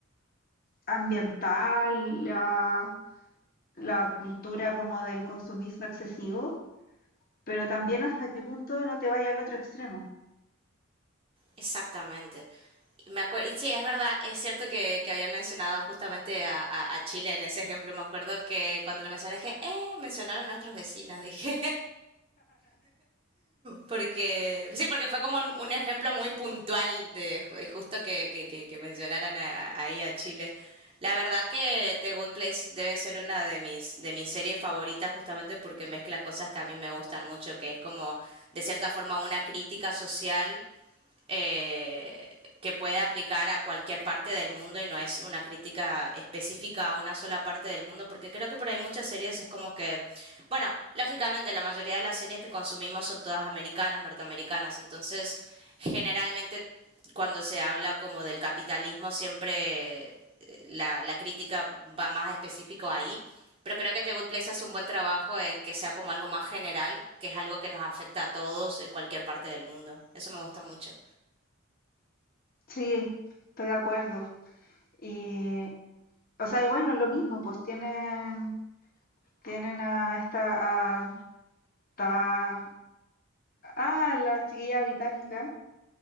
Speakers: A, on the left (about 45°); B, on the right (about 30°).
A: ambiental, la, la cultura como del consumismo excesivo, pero también hasta qué punto no te vaya al otro extremo.
B: Exactamente. Me acuerdo, y sí, es verdad, es cierto que, que habían mencionado justamente a, a- a Chile en ese ejemplo. Me acuerdo que cuando lo mencioné dije, eh, mencionaron a nuestros vecinos, <laughs> dije, porque sí, porque fue como un, ejemplo muy puntual de justo que, que- que- mencionaran a- ahí a Chile. La verdad que The Good Place debe ser una de mis de mis series favoritas justamente porque mezcla cosas que a mí me gustan mucho, que es como de cierta forma una crítica social eh, que puede aplicar a cualquier parte del mundo y no es una crítica específica a una sola parte del mundo, porque creo que por ahí muchas series es como que, bueno, lógicamente la mayoría de las series que consumimos son todas americanas, norteamericanas, entonces generalmente cuando se habla como del capitalismo siempre eh, la, la crítica va más específico ahí, pero creo que The Good Place hace un buen trabajo en que sea como algo más general, que es algo que nos afecta a todos en cualquier parte del mundo, eso me gusta mucho.
A: Sí, estoy de acuerdo. Y, o sea, y bueno, lo mismo, pues tienen, tienen a esta, a, ta- ah, la chiquilla británica,